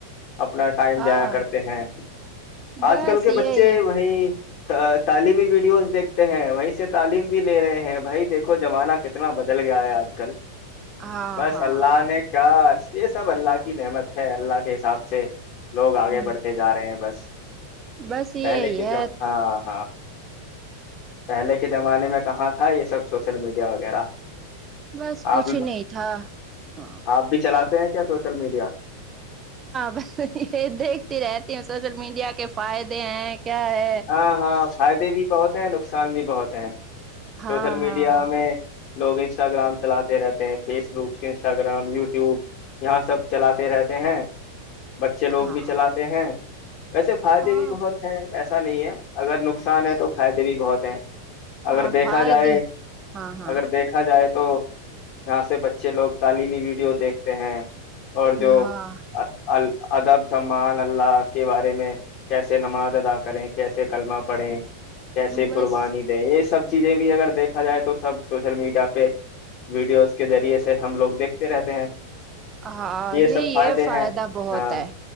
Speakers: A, on the left; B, on the right.
A: اپنا ٹائم
B: ہاں
A: جایا کرتے ہیں
B: بس
A: آج کل کے
B: یہی
A: بچے
B: ہے
A: وہیں ا <unintelligible> تعلیمی ویڈیوز دیکھتے ہیں وہیں سے تعلیم بھی لے رہے ہیں بھائی دیکھو زمانہ کتنا بدل گیا ہے آج کل
B: ہاں
A: بس
B: ہاں
A: اللہ نے کیا یہ سب اللہ کی نعمت ہے اللہ کے حساب سے لوگ آگے
B: ہ
A: بڑھتے جا رہے ہیں بس
B: بس یہی
A: پہلے کی
B: ہے
A: جؤ ہاں ہاں پہلے کے زمانے میں کہاں تھا یہ سب سوشل میڈیا وغیرہ
B: بس کچھ
A: آپ
B: نہیں تھا ہ
A: آپ بھی چلاتے کیا سوشل میڈیا
B: بس یہ دیکھتی رہتی ہ سوشل میڈیا کے فائدے ہیں کیا ہے
A: ہاں ہاں فائدے بھی بہت ہیں نقصان بھی بہت ہیں
B: ہاں
A: سوشل
B: ہاں
A: میڈیا میں لوگ انسٹاگرام چلاتے رہتے ہیں فیس بک انسٹاگرام یوٹیوب یہاں سب چلاتے رہتے ہیں بچے لوگ
B: ہاں
A: بھی چلاتے ہیں ویسے فائدے
B: ہاں
A: بھی بہت ہیں ای ایچسا نہیں ہے اگر نقصان ہے تو فائدے بھی بہت س <unintelligible> اگر
B: ہاں
A: دیکھا
B: فائدے
A: جائے
B: ہاں ہاں
A: اگر دیکھا جائے تو تو یہاں سے بچے لوگ تعلیمی ویڈیو دیکھتے ہیں اور جو
B: ہاں
A: ال ادب سمان اللہ کے بارے میں کیسے نماز ادا کریں کیسے کلمہ پڑھیں کیسے
B: بس
A: قربانی دیں یہ سب چیزیں بھی اگر دیکھا جائے تو سب سوشل میڈیا پہ ویڈیوز کے ذریعے سے ہم لوگ دیکھتے رہتے ہیں
B: ہاں یہ
A: سب فائدے
B: یہ فائدہ
A: ہیں
B: بہت
A: ہاں
B: ہے